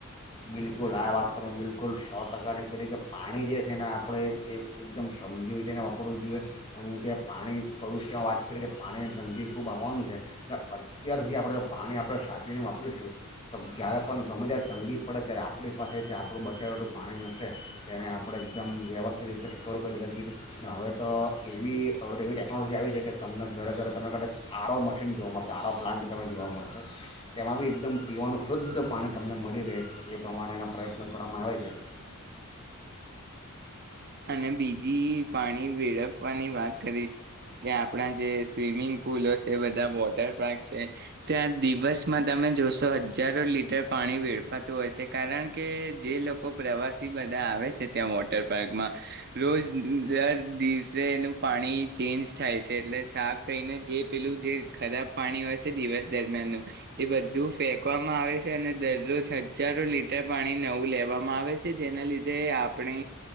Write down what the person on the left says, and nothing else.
બિલકુલ આ વાત તમે બિલકુલ સો ટકાની કરી કે પાણી જે છે એને આપણે એક એકદમ સમજી વિચારને વાપરવું જોઈએ કારણ કે પાણી ભવિષ્યમાં વાત કરી કે પાણીની તંગી ખૂબ આવવાનું છે એ અત્યાર સુધી આપણે પાણી આપણે સાચવીને વાપરીશું તો જ્યારે પણ ગમે ત્યારે તંગી પડે ત્યારે આપણી પાસે જે આપણું બચાવેલું પાણીનુંશે તે એને આપણે એકદમ વ્યવસ્થિત રીતે સ્ટોર કરી શકીએશું હવે તો એવી હવે તો એવી ટેકનોલોજી આવી છે કે તમને ઘરે ઘરે તમને કદાચ આરો મશીન જોવા મળશે આરો પ્લાન્ટ તમે જોવા મળશે તેમાં બી એકદમ પીવાનું શુદ્ધ પાણી તમને મળી રહે એ પ્રમાણે એના પ્રયત્નો કરવામાં આવે છે